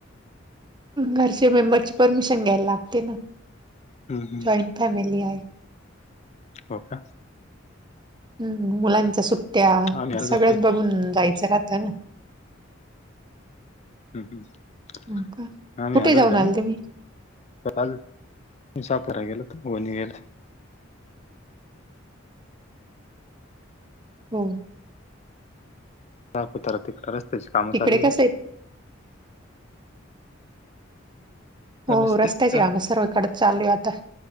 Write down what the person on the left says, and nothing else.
हम्म हम्म
हो का.
आम्ही आलो जाऊ
हम् हम्
आम्ही
आलोय जाऊन.
काल <inaudible>
दहापतारा तिकडडे रस्त्याची कामं
चालली.
रस्ते
तर-